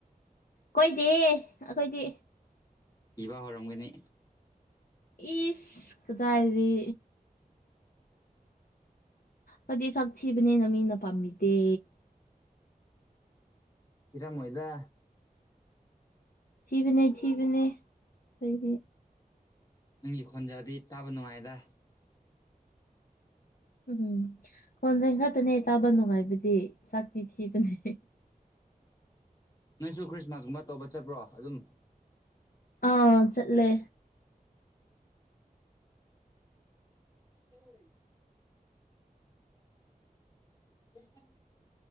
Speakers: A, on the left (about 70°); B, on the left (about 25°).
A: ꯀꯣꯏꯗꯤ ꯑꯩꯈꯣꯏꯗꯤ
B: ꯏꯕ ꯍꯧꯔꯝꯒꯅꯤ
A: ꯏꯁ ꯀꯗꯥꯗꯤ ꯍꯥꯏꯗꯤ ꯆꯛ ꯊꯤꯕꯅꯦꯅ ꯃꯤꯅ ꯄꯥꯝꯃꯤꯗꯦ
B: ꯀꯔꯃ ꯑꯣꯏꯗ
A: ꯁꯤꯤꯕꯅꯦ ꯆꯤꯕꯅꯦ ꯑꯩꯗꯤ
B: ꯅꯪꯒꯤ ꯈꯣꯟꯖꯗꯤ ꯇꯥꯕ ꯅꯨꯡꯉꯥꯏꯗ
A: ꯎꯝ ꯎꯝ ꯈꯣꯟꯖꯦꯟ ꯈꯛꯇꯅꯦ ꯇꯥꯕ ꯅꯨꯡꯉꯥꯏꯕꯗꯤ ꯁꯛꯇꯤ ꯊꯤꯕꯅꯦ
B: ꯅꯣꯏꯁꯨ ꯈ꯭ꯔꯤꯁꯃꯥꯁꯀꯨꯝꯕ ꯇꯧꯕ ꯆꯠꯄ꯭ꯔꯣ ꯑꯗꯨꯝ
A: ꯑꯥ ꯆꯠꯂꯦ
B: ꯍ <unintelligible>